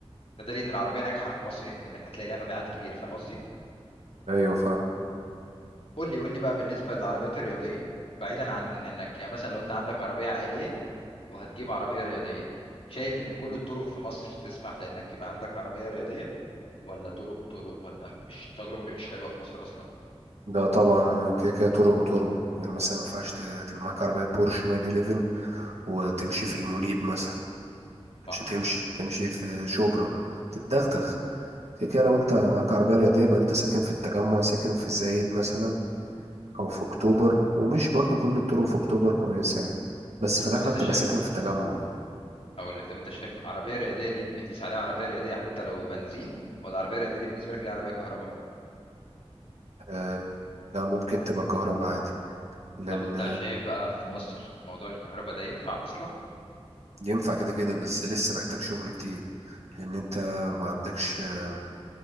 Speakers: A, on the left; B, on the right.
A: ده دليل ان العربيه ناجحه في مصر يعني لانك هتلاقي لها مبيعات كبيره فاهم قصدي
B: أيوة فا
A: قول لي قول لي بقى بالنسبه للعربيات الرياضيه بعيدا عن انك يعني مثلا لو انت عندك عربيه عائليه وهتجيب عربيه رياضيه شايف ان كل الطرق في مصر تسمح لانك يبقى عندك عربيه رياضيه ولا طرق وطرق ولا مش تجربة مش حلوة في مصر أصلا
B: ده طبعا كده كده طرق وطرق يعني مثلا ما ينفعش ت- تبقى معاك عربية بورش 911 وتمشي في المنيب مثلا
A: صح
B: مش هتمشي تمشي في شبرا تتدغدغ كده كده لو أنت معاك عربية رياضية يبقى أنت ساكن في التجمع ساكن في زايد مثلا او في اكتوبر ومش برضو كل الطرق في اكتوبر كويسة يعني بس في الاغلب
A: طب أنت
B: تبقى
A: شايف
B: ساكن في التجمع يعني
A: أقول لك طب أنت شايف عربية رياضية دي بتقيس عليها عربية رياضية حتى لو بنزين ولا عربية رياضية دي بالنسبة لك ليها عربية كهرباء
B: أه لا ممكن تبقى كهرباء عادي لان
A: طب أنت شايف بقى في مصر موضوع الكهرباء ده ينفع أصلا
B: ينفع كده كده بس لسه محتاج شغل كتير لان انت ما عندكش آه،